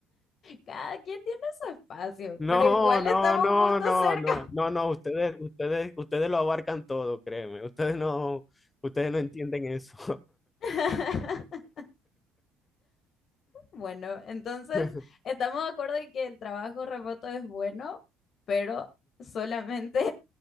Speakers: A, on the left; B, on the left.
A: Cada quien tiene su espacio,
B: No,
A: pero igual
B: no,
A: estamos
B: no,
A: juntos
B: no,
A: cerca.
B: no, no, no, ustedes, ustedes, ustedes lo abarcan todo, créeme. Ustedes no, ustedes no entienden eso.
A: <laughs> Bueno, entonces
B: <laughs>
A: estamos de acuerdo en que el trabajo remoto es bueno, pero solamente